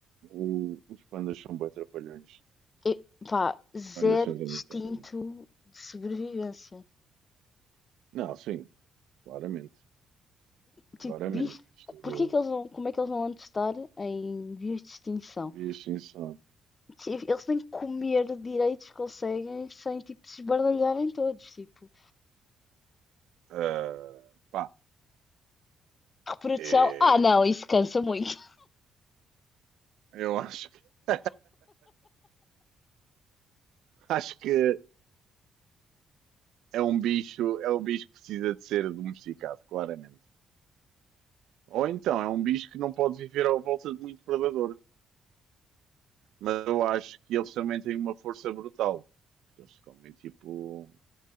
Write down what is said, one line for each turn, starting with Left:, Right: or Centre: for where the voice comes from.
Right: O- os pandas são bué trapalhões.
Left: E, pá, zero
Right: Os pandas são
Left: instinto
Right: imitáveis.
Left: de sobrevivência.
Right: Não, sim, claramente.
Left: Tipo,
Right: Claramente.
Left: bicho,
Right: Isto
Left: porquê que eles vão, como é que eles vão antes estar em vias de extinção?
Right: é em via de extinção.
Left: Tipo, Eles nem comer direitos conseguem sem, tipo, se esbardalharem todos, tipo.
Right: Ah, pá,
Left: Reprodução,
Right: é,
Left: ah não, isso cansa muito.
Right: eu acho que. <laughs> Acho que é um bicho, é um bicho que precisa de ser domesticado, claramente. Ou então é um bicho que não pode viver à volta de muito predador. Mas eu acho que eles também têm uma força brutal. Porque eles comem tipo